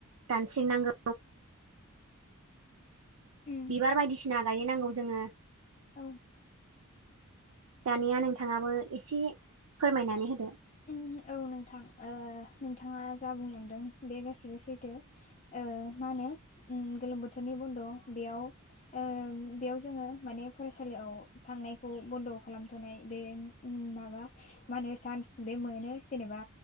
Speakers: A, on the right; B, on the left.
A: दानस्रिनांगौ।
B: उम
A: बिबार बायदिसिना गायनो नांगौ जोङो।
B: औ।
A: दानिया नोंथाङाबो एसे फोरमायनानै होदो।
B: उम औ नोंथां ओ नोंथाङा जा बुंलांदों बे गासिबो सैथो। ओ मा होनो उम गोलोम बोथोरनि बन्द' बेयाव ओं बेयाव जोङो माने फरायसालियाव थांनायखौ बन्द' खालामथ'नाय बे उम माबा माहोनो चान्स बे मोनो जेनेबा